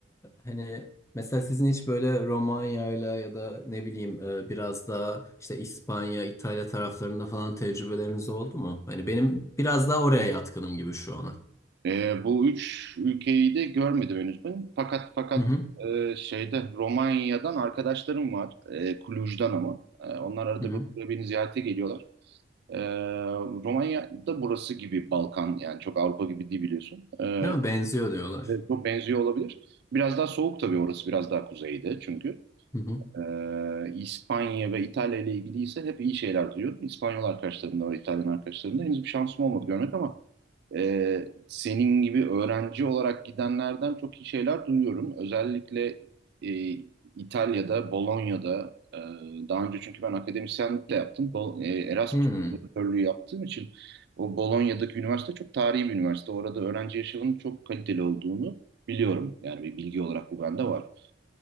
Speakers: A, on the left; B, on the right.
A: hani Mesela sizin hiç böyle Romanya'yla ya da ne bileyim e, biraz daha işte İspanya, İtalya taraflarında falan tecrübeleriniz oldu mu? Hani benim biraz daha oraya yatkınım gibi şu ana.
B: Ee, bu üç ülkeyi de görmedim henüz ben. Fakat fakat
A: Hı hı,
B: e, şeyde Romanya'dan arkadaşlarım var. E, Cluj'dan ama. E, onlar arada
A: hı hı.
B: bir buraya beni ziyarete geliyorlar. Ee, Romanya da burası gibi Balkan yani çok Avrupa gibi değil biliyorsun. Ee,
A: Değil mi? Benziyor diyorlar.
B: Evet, çok benziyor olabilir. Biraz daha soğuk tabii orası, biraz daha kuzeyde çünkü.
A: Hı hı.
B: Ee, İspanya ve İtalya ile ilgili ise hep iyi şeyler duyuyorum. İspanyol arkadaşlarımda ve İtalyan arkadaşlarımda henüz bir şansım olmadı görmek ama e, senin gibi öğrenci olarak gidenlerden çok iyi şeyler duyuyorum. Özellikle e, İtalya'da, Bolonya'da e, daha önce çünkü ben akademisyenlik de yaptım. Bol- e, Erasmus
A: Hı hı,
B: profesörlüğü yaptığım için o Bolonya'daki üniversite çok tarihi bir üniversite. Orada öğrenci yaşamının çok kaliteli olduğunu biliyorum. Yani bir bilgi olarak bu bende var